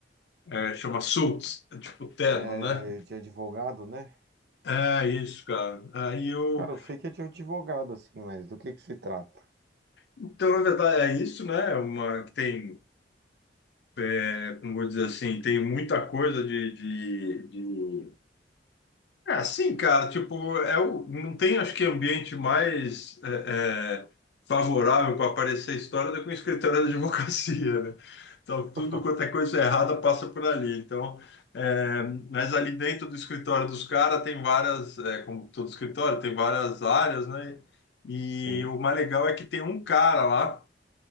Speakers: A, on the left (about 65°); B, on the right (about 60°).
A: É, chama suits, é tipo terno,
B: É,
A: né?
B: de advogado, né?
A: É isso, cara. Aí eu.
B: Cara, eu sei que é de advogado, assim, mas do que que se trata?
A: Então, na verdade, é isso, né? É Uma que tem, é, como vou dizer assim, tem muita coisa de, de, de É, sim, cara, tipo, é o, não tem, acho que, ambiente mais é, é, favorável para aparecer a história do que um escritório de <laughs> advocacia, né? Então,
B: <laughs>
A: tudo quanto é coisa errada passa por ali. Então, é, mas ali dentro do escritório dos caras tem várias, é, como todo escritório, tem várias áreas, né? E
B: Sim,
A: o mais legal é que tem um cara lá,